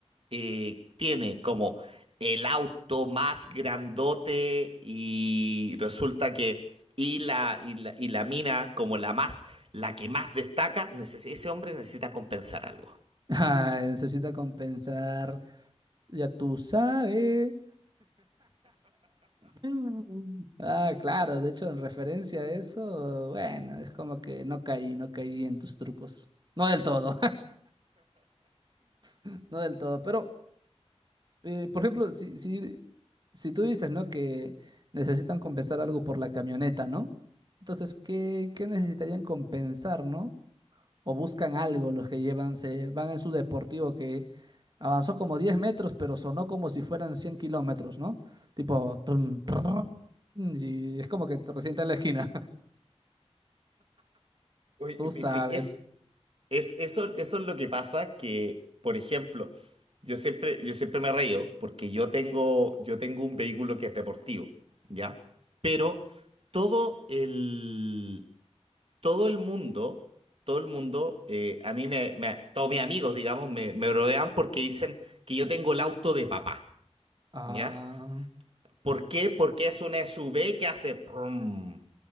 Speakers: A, on the right (about 55°); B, on the right (about 40°).
A: eh, tiene como el auto más grandote y resulta que, y la, y la, y la mina como la más, la que más destaca, neces- ese hombre necesita compensar algo.
B: <laughs> Ay, necesita compensar. Ya tú sabes. Mm. Ah, claro, de hecho, en referencia a eso, bueno, es como que no caí, no caí en tus trucos. No del todo, <laughs> no del todo, pero, eh, por ejemplo, si, si, si tú dices, ¿no? Que necesitan compensar algo por la camioneta, ¿no? Entonces, ¿qué, qué necesitarían compensar, ¿no? O buscan algo los que llevan, se van en su deportivo que avanzó como 10 metros, pero sonó como si fueran 100 kilómetros, ¿no? Tipo, tum, tum, y es como que te resienta en la esquina.
A: Oye,
B: Tú sabes.
A: y si es Es, eso, eso es lo que pasa que, por ejemplo, yo siempre, yo siempre me reío porque yo tengo, yo tengo un vehículo que es deportivo, ¿ya? Pero todo el, todo el mundo, todo el mundo, eh, a mí me, me- todos mis amigos, digamos, me, me rodean porque dicen que yo tengo el auto de papá,
B: Ah,
A: ¿ya? ¿Por qué? Porque es una SUV que hace... brum.